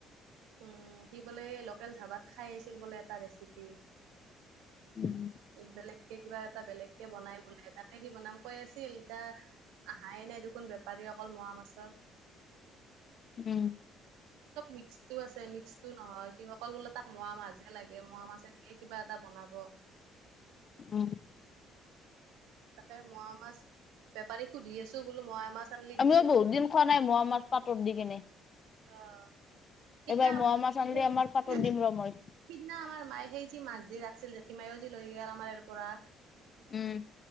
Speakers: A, on the right; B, on the left.
A: উম সি বোলে লোকেল ধাবাত খাই আহিছিল বোলে এটা ৰেচিপি
B: উম
A: একদলে কিবা এটা বেলেগ কে বনাই বলাই তাকে সি বনাম কৈ আছিল এতিয়া আহাই নাই দেখোন বেপাৰী। অকল মহ মাছৰ
B: উম
A: মিক্সটো আছে মিক্সটো নহয় কিবা কল বোলে তাক মোৱা মাছহে লাগে মাছ এনেকে কিবা আটা বনাব
B: উ
A: তাকে মৰা মাছ বেপাৰীক সুধি আছো বোলো মৰা মাছ আনলি দি
B: আমিও
A: থৈ
B: বহুত
A: যাব।
B: দিন খোৱা নাই মোৱা মাছ পাতত দি কেনে
A: অ সিদিনা
B: এইবাৰ
A: আমাৰ
B: মোৱা মাছ আনিলে
A: সিদিনা
B: পাতত দিম ৰ মই।
A: আমাৰ মায়ে সেই যি মাছ দি ৰাখ আছিল জেঠীমায়ওজি লৈ গল আমাৰ ইাৰ পৰা
B: উম।